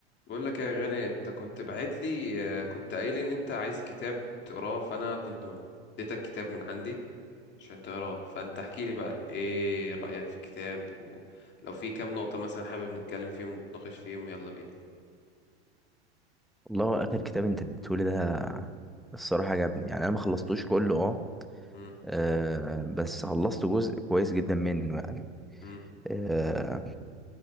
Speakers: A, on the left; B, in the centre.
A: بقول لك يا غالي انت كنت بعت لي آه، كنت قايل ان انت عايز كتاب تقراه فانا كنت م- اديتك كتاب من عندي عشان تقراه فانت احكي لي بقى ايه رأيك في الكتاب ولو في كام نقطة مثلا حابب نتكلم فيهم نتناقش فيهم يلا بينا
B: والله اخر كتاب انت اديتهولي ده الصراحه عجبني يعني انا ما خلصتوش كله اه
A: مم،
B: آه، بس خلصت جزء كويس جدا منه يعني
A: مم،
B: آه،